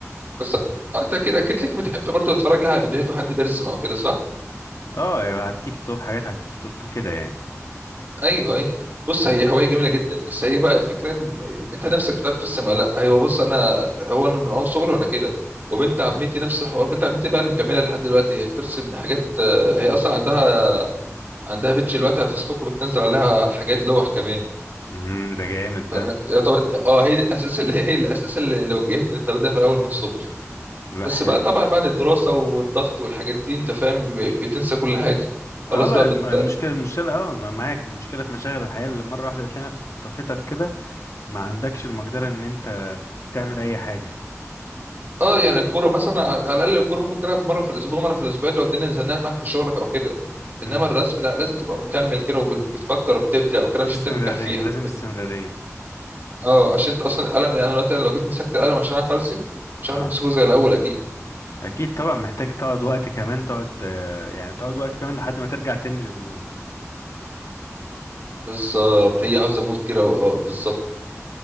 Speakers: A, on the right; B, on the left.
A: بس آه، أنت كده أكيد لك بتحب برضو تتفرج لها على فيديوهات وحد بيرسم أو كده صح؟
B: اه يبقى على التيك توك حاجات على التيك توك كده يعني
A: ايوه ايوه بص هي هوايه جميله جدا بس هي بقى الفكره ان انت نفسك بتعرف ترسم ولا لا ايوه بص انا هو انا من اول صغري وانا كده وبنت عمتي
B: امم
A: نفس الحوار بنت عمتي بقى اللي مكمله لحد دلوقتي هي بترسم حاجات آه، هي اصلا عندها عندها بيدج دلوقتي على فيسبوك وبتنزل عليها حاجات لوح كمان
B: امم ده جامد
A: فانا
B: ده
A: يا طب اه هي دي الاساس اللي هي الاساس اللي اللي وجهتني للطريق ده في الاول من صغري
B: لا
A: بس
B: حلو
A: بقى طبعا بعد الدراسه والضغط والحاجات دي انت فاهم ب- بتنسى كل حاجه
B: اه
A: خلاص
B: لا
A: بقى
B: الم-
A: بت...
B: المشكله المشكله اه انا معاك المشكله في مشاغل الحياه اللي مره واحده بتلاقي نفسك خطفتك كده ما عندكش المقدره ان انت تعمل اي حاجه
A: اه يعني الكوره مثلا على الاقل الكوره ممكن تلعب مره في الاسبوع مره في الاسبوعين لو الدنيا زنقت معاك في شغلك او كده
B: امم
A: انما الرسم لا لازم تبقى مكمل كده وبتفكر وبتبدع وكده عشان
B: في استمراريه
A: تنجح فيها
B: لازم استمراريه
A: اه عشان انت اصلا القلم يعني دلوقتي انا لو جيت مسكت القلم عشان اعرف ارسم مش
B: اه
A: هعرف امسكه زي الاول اكيد
B: اكيد طبعا محتاج تقعد وقت كمان تقعد آه، يعني تقعد وقت كمان لحد ما ترجع تاني للمود
A: بالظبط هي عاوزه مود كده و- اه بالظبط